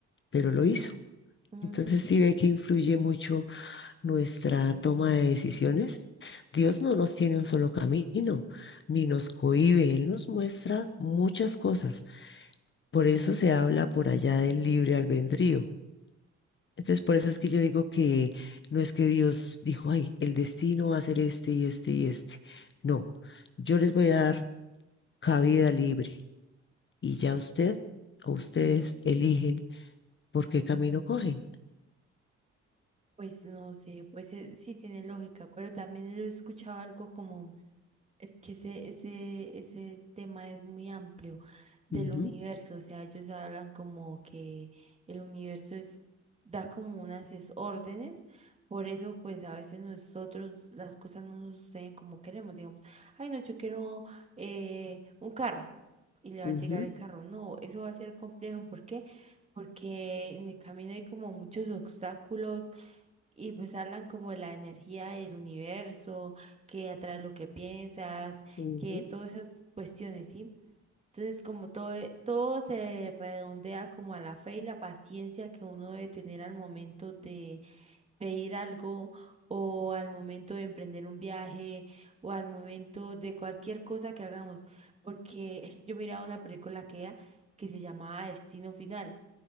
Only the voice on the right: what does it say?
ujú,
Pues no sé, pues eh, sí tiene lógica, pero también he escuchado algo como Es que ese, ese, ese tema es muy amplio del
universo, o sea, ellos hablan como que el universo es, da como unas es- órdenes, por eso pues a veces nosotros las cosas no nos suceden como queremos, digamos, ay no, yo quiero eh, un carro y le va
a llegar el carro, no, eso va a ser complejo, ¿por qué? Porque en el camino hay como muchos obstáculos y pues hablan como de la energía del universo, que atrae lo que piensas,
que todas esas cuestiones, ¿sí? Entonces, como todo, e- todo se redondea como a la fe y la paciencia que uno debe tener al momento de pedir algo o al momento de emprender un viaje o al momento de cualquier cosa que hagamos. Porque <laughs> yo miraba una película que era, que se llamaba Destino Final